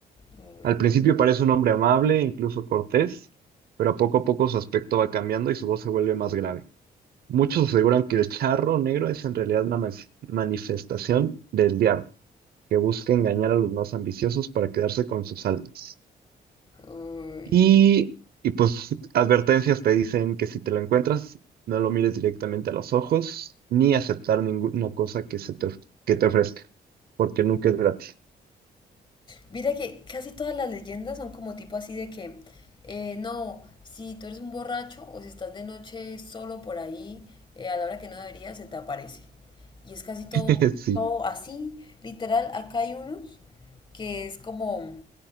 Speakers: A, on the left; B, on the right.
A: Uy,
B: Al principio parece un hombre amable, incluso cortés, pero poco a poco su aspecto va cambiando y su voz se vuelve más grave. Muchos aseguran que el charro negro es en realidad una mas- manifestación del diablo, que busca engañar a los más ambiciosos para quedarse con sus almas.
A: uy.
B: Y, y pues advertencias te dicen que si te lo encuentras, no lo mires directamente a los ojos, ni aceptar ninguna cosa que se te, of- que te ofrezca, porque nunca es gratis.
A: Mira que casi todas las leyendas son como tipo así de que, eh, no, si tú eres un borracho o si estás de noche solo por ahí, eh, a la hora que no deberías, se te aparece. Y es casi todo,
B: <laughs> Sí.
A: todo así, literal, acá hay unos que es como